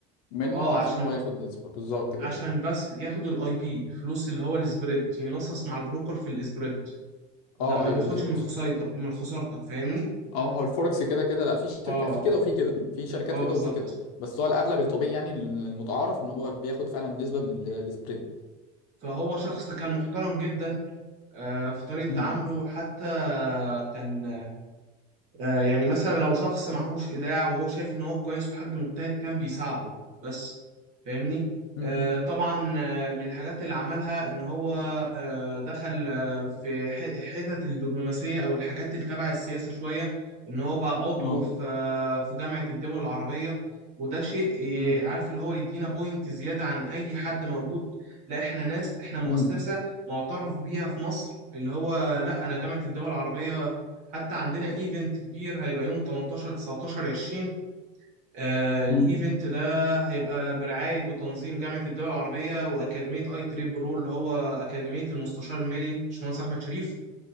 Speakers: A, on the left; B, on the right.
A: منه
B: اه
A: عشان
B: عشان
A: هو ياخد نسبة بالظبط كده
B: عشان بس ياخد الاي بي فلوس اللي هو السبريد ينصص مع البروكر في السبريد ده
A: اه
B: ما
A: ايوه
B: بياخدش
A: بالظبط
B: من خسارتك من خسارتك فاهمني
A: اه ما هو الفوركس كده كده لا في شركة
B: اه
A: في كده وفي كده في شركات
B: اه
A: كده
B: بالظبط
A: وفي كده بس هو الاغلب الطبيعي يعني المتعارف ان هو بياخد فعلا نسبة من ال- السبريد
B: فهو شخص كان محترم جدا آه، في طريقة
A: امم
B: تعامله حتى كان آه، يعني مثلا لو شخص معهوش إيداع وهو شايف إن هو كويس وحد مجتهد كان بيساعده بس فاهمني
A: امم
B: آه، طبعا آه، من الحاجات اللي عملها إن هو آه، دخل آه، في ح- حتت الدبلوماسية أو الحاجات اللي تبع السياسة شوية إن هو بقى عضو
A: اه
B: في آه، في جامعة الدول العربية وده شيء
A: امم
B: آه، عارف اللي هو يدينا بوينت زيادة عن أي حد موجود لا إحنا ناس إحنا مؤسسة
A: امم
B: معترف بيها في مصر اللي هو لا أنا جامعة الدول العربية حتى عندنا ايفنت كبير هيبقى يوم 18 19 20 آه الايفنت
A: امم
B: ده هيبقى برعاية وتنظيم جامعة الدول العربية وأكاديمية اي تريب برو اللي هو أكاديمية المستشار المالي باشمهندس أحمد شريف